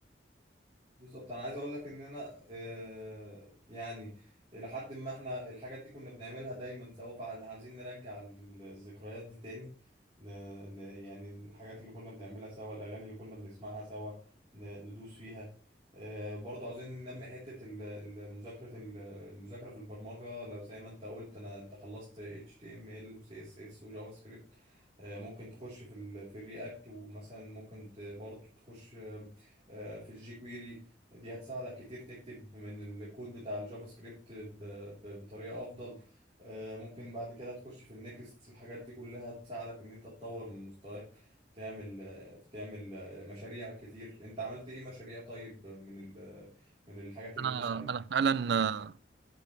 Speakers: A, on the right; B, on the right.
A: بالظبط انا عايز اقول لك ان انا آه، يعني الى حد ما احنا الحاجات دي كنا بنعملها دايما سوا فاحنا عايزين نرجع ال- الذكريات دي تاني ن- ن- يعني الحاجات اللي كنا بنعملها سوا الاغاني اللي كنا بنسمعها سوا ن- ندوس فيها آه، برضه عاوزين ننمي حتة ال- ال- مذاكرة ال- المذاكرة في البرمجة لو زي ما انت قلت انا انت خلصت HTML و CSS وجافا سكريبت آه، ممكن تخش في ال في الرياكت ومثلا ممكن ت- برضه تخش آه، آه، في الجي كويري دي هتساعدك كتير تكتب من الكود بتاع الجافا سكريبت ب- ب- بطريقة أفضل آه، ممكن بعد كده تخش في النكست الحاجات دي كلها تساعدك إن أنت تطور من مستواك تعمل آه، تعمل آه، مشاريع كتير أنت عملت إيه مشاريع طيب من ال- من الحاجات اللي
B: انا
A: أنت اتعلمتها
B: انا فعلا آه،